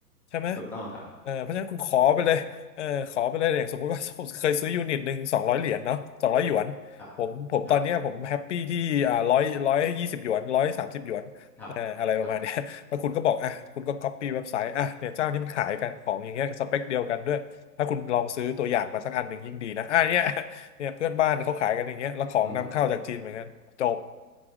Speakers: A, on the left; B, in the centre.
A: ใช่ไหม
B: ถูกต้องครับ
A: เออเพราะฉะนั้นคุณขอไปเลยเออขอไปเลยอย่างสมมุติว่าผมเคยซื้อยูนิตหนึ่งสองร้อยเหรียญเนาะสองร้อยหยวน
B: ครับ
A: ผมผมตอนเนี้ยผมแฮปปี้ที่อ่าร้อยร้อยยี่สิบหยวนร้อยสามสิบหยวนเอ่ออะไรประมาณเนี้ย
B: ครับครับครับ
A: <laughs> แล้วคุณก็บอกอ่ะคุณก็ c o อปปี้เว็บไซต์อ่ะเนี่ยเจ้านี้มันขายกันของอย่างเงี้ยสเปคเดียวกันด้วยถ้าคุณลองซื้อตัวอย่างมาสักอันหนึ่งยิ่งดีนะอ่ะเนี่ย <laughs> เนี่ยเพื่อนบ้านเขาขายกันอย่างเงี้ยแล้วของนำเข้าจากจีนเหมือนกันจบ
B: อือฮึ